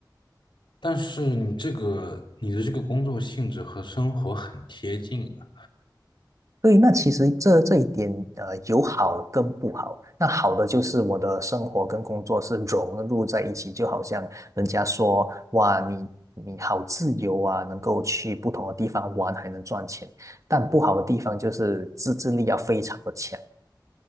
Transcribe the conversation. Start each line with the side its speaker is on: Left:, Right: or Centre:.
Left: 但是你这个，你的这个工作性质和生活很贴近啊。
Right: 对，那其实这这一点，呃，有好跟不好。那好的就是我的生活跟工作是融入在一起，就好像人家说，哇，你你好自由啊，能够去不同的地方玩，还能赚钱。但不好的地方就是自制力要非常的强，